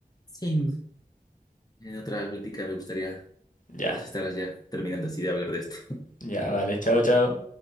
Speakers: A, on the left; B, on the left.
A: sí, en en otra plática me gustaría
B: Ya,
A: pues estar ya terminando así de hablar de esto.
B: ya, vale, chao, chao.